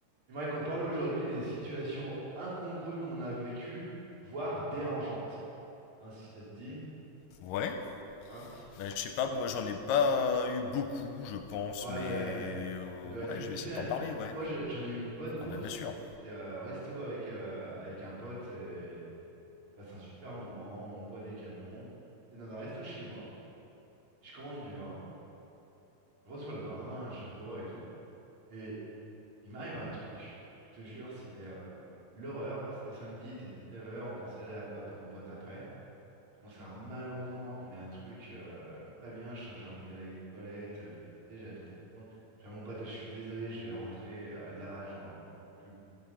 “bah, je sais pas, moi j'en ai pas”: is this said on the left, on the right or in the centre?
Left